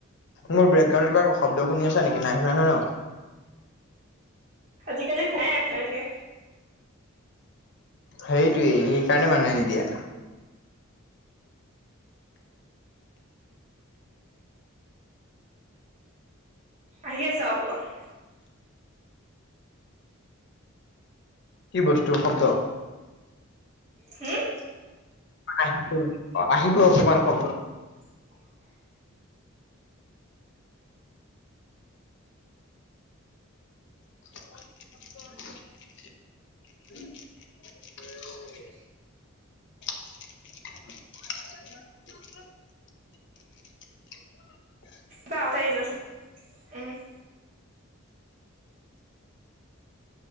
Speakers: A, on the left (about 55°); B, on the right (about 35°).
A: মোৰ বেকগ্ৰউণ্ত কিব শব্দ শুনি আছা নেকি নাই সুনা নহয় ন।
B: আজিকালি সদায়ে আহি থাকে।
A: সেইটোয়েই
B: উম
A: সেইকাৰণে মানুহে নিদিয়ে।
B: আহি আছে ৰব অলপ।
A: কি বস্তুৰ শব্দ?
B: হম,
A: আহিব-আহিব অকমান শব্দ
B: <unintelligible>
A: <unintelligible>
B: <inaudible>
A: <unintelligible>
B: বা আহৰিল উম, <unintelligible>